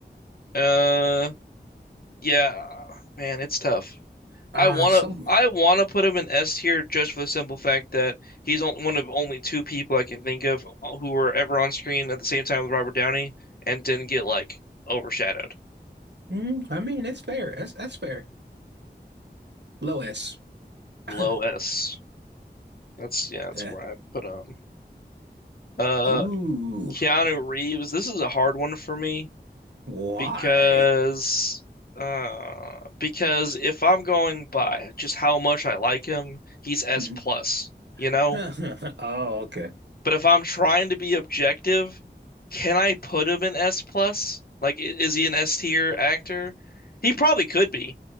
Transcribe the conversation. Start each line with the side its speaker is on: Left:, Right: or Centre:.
Left: Uh yeah, man, it's tough.
Right: Ah,
Left: I wanna
Right: some.
Left: I wanna put him in S tier just for the simple fact that he's on- one of only two people I can think of uh, who were ever on screen at the same time with Robert Downey and didn't get like overshadowed.
Right: Mm, I mean, it's fair. That's that's fair. Low S.
Left: Low
Right: <laughs>
Left: S. That's yeah, that's
Right: The-
Left: where I put him. Uh,
Right: Ooh.
Left: Keanu Reeves. This is a hard one for me
Right: Why?
Left: because uh because if I'm going by just how much I like him, he's S
Right: Mhm.
Left: plus, you know?
Right: <laughs> Oh, okay.
Left: But if I'm trying to be objective, can I put him in S plus? Like, i- is he an S tier actor? He probably could be,